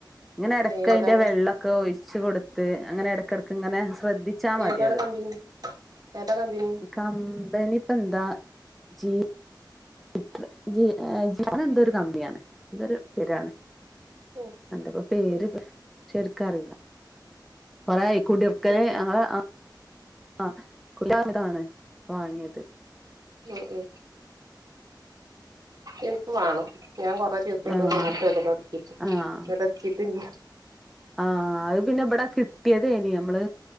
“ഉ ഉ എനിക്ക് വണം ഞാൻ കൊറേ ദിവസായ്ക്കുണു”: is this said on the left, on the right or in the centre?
Right